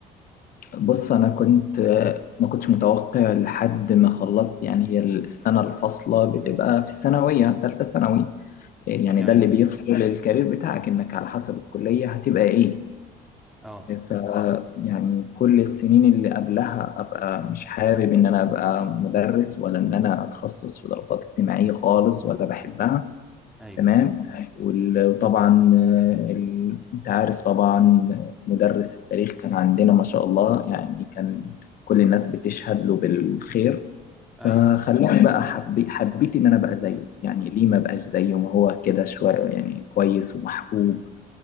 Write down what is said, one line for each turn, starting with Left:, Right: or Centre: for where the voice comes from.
Left: بص انا كنت ما كنتش متوقع لحد ما خلصت يعني هي السنه الفاصله بتبقى في الثانويه ثالثه ثانوي يعني
Centre: ايوه
Left: ده اللي بيفصل الكارير بتاعك انك على حسب الكليه هتبقى ايه
Centre: اه
Left: ف يعني كل السنين اللي قبلها ابقى مش حابب ان انا ابقى مدرس ولا ان انا اتخصص في دراسات اجتماعيه خالص ولا بحبها
Centre: ايوه
Left: تمام وال- وطبعا آه، ال- انت عارف طبعا مدرس التاريخ كان عندنا ما شاء الله يعني كان كل الناس بتشهد له بالخير فخلاني
Centre: ايوه
Left: بقى حبي حبيت ان انا بقى زيه يعني ليه ما بقاش زيه ما هو كده شويه يعني كويس ومحبوب